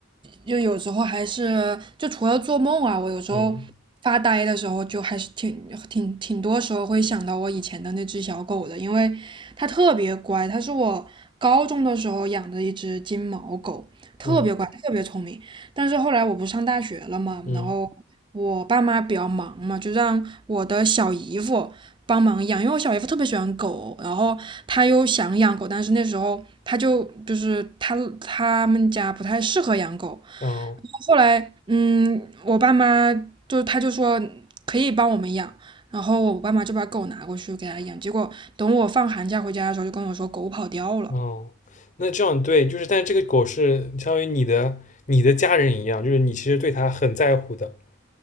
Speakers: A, on the right; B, on the left.
A: 就有时候还是就除了做梦啊，我有时候发呆的时候就还是挺挺挺多时候会想到我以前的那只小狗的，
B: 嗯
A: 因为它特别乖，它是我高中的时候养的一只金毛狗，特别乖，
B: 嗯
A: 特别聪明。但是后来我不上大学了嘛，
B: 嗯，
A: 然后我爸妈比较忙嘛，就让我的小姨夫帮忙养，因为我小姨夫特别喜欢狗，然后他又想养狗，但是那时候他就就是他他们家不太适合养狗。
B: 哦
A: 然后后来，嗯，我爸妈就他就说可以帮我们养，然后我爸妈就把狗拿过去给他养。结果等我放寒假回家的时候，就跟我说狗跑掉了。
B: 哦，那这样对，就是但这个狗是相当于你的你的家人一样，就是你其实对它很在乎的。